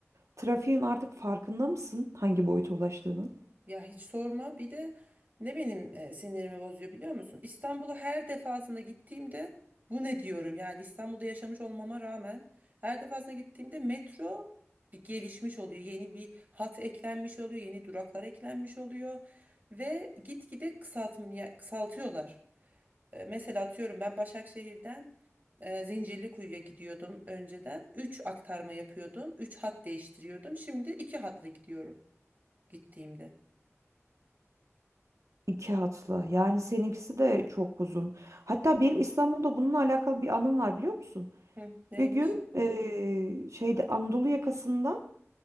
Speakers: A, on the right; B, on the right.
A: Trafiğin artık farkında mısın hangi boyuta ulaştığının?
B: Ya hiç sorma. Bir de ne benim e, sinirimi bozuyor biliyor musun? İstanbul'a her defasında gittiğimde bu ne diyorum? Yani İstanbul'da yaşamış olmama rağmen her defasında gittiğimde metro bir gelişmiş oluyor. Yeni bir hat eklenmiş oluyor, yeni duraklar eklenmiş oluyor ve gitgide kısaltmaya kısaltıyorlar. E, Mesela atıyorum ben Başakşehir'den e, Zincirlikuyu'ya gidiyordum önceden. üç aktarma yapıyordum. üç hat değiştiriyordum. Şimdi 2 hatla gidiyorum gittiğimde.
A: İki hatlı. Yani seninkisi de çok uzun. Hatta benim İstanbul'da bununla alakalı bir anım var biliyor musun?
B: Hı, neymiş?
A: Bir gün eee, şeyde Anadolu yakasından